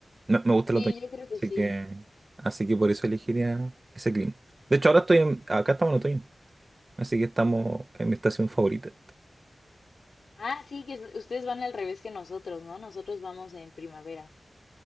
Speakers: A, on the right; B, on the left.
A: Me, me gusta
B: Sí,
A: el otoño,
B: yo creo que
A: así
B: sí.
A: que, así que por eso elegiría ese clima. De hecho, ahora estoy en, acá estamos en otoño, así que estamos en mi estación favorita.
B: Ah, sí, que s- ustedes van al revés que nosotros, ¿no? Nosotros vamos en primavera.